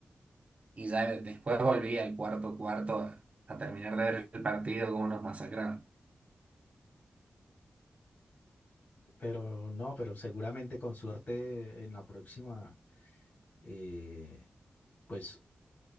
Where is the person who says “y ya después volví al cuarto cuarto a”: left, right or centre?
Right